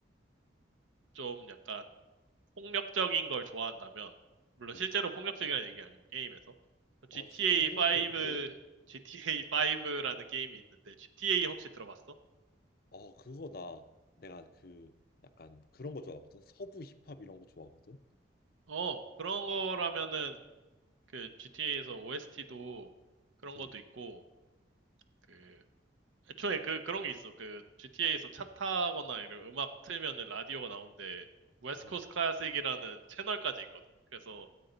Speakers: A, on the right (about 85°); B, on the left (about 50°).
A: 좀 약간 폭력적인 걸 좋아한다면, 물론
B: 응.
A: 실제로 폭력적이라는 얘기 아니고 게임에서. GTA
B: 어, 실제로 폭력적이기도
A: 5,
B: 해.
A: GTA
B: 응.
A: 5라는 게임이 있는데 GTA 혹시 들어봤어?
B: 어, 그거 나 내가 그 약간 그런 거 좋아하거든. 서부 힙합 이런 거 좋아하거든.
A: 어, 그런 거라면은 그 GTA에서 OST도 그런
B: 응,
A: 것도 있고 그 애초에 그 그런 게 있어. 그 GTA에서 차 타거나 이런 음악 틀면은 라디오가 나오는데 웨스트
B: 응,
A: 코스트 클래식이라는 채널까지 있거든. 그래서
B: 응.